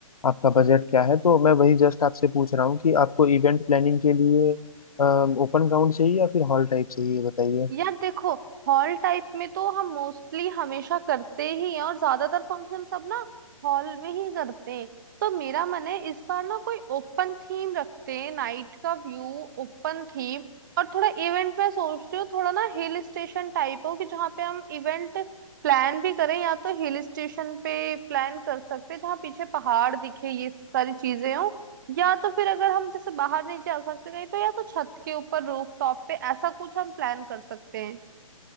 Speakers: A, on the left; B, on the right.
A: आपका बजट क्या है तो मैं वही जस्ट आपसे पूछ रहा हूँ कि आपको इवेंट प्लानिंग के लिए ओपन ग्राउंड चाहिए या फिर हॉल टाइप चाहिए बताइए
B: यार देखो हॉल टाइप में तो हम मोस्टली हमेशा करते ही हैं और ज्यादातर फंक्शन सब ना हॉल में ही करते हैं तो मेरा मन है इस बार ना कोई ओपन थीम रखते हैं नाइट का व्यू ओपन थीम और थोड़ा इवेंट मैं सोच रही हूँ थोड़ा ना हिल स्टेशन टाइप हो कि जहाँ पे हम इवेंट प्लान भी करें या तो हिल स्टेशन पे प्लान कर सकते हैं जहाँ पीछे पहाड़ दिखे ये सारी चीजें हो या तो फिर अगर हम जैसे बाहर नहीं जा सकते कहीं तो या तो छत के ऊपर रूफ टॉप पे ऐसा कुछ हम प्लान कर सकते हैं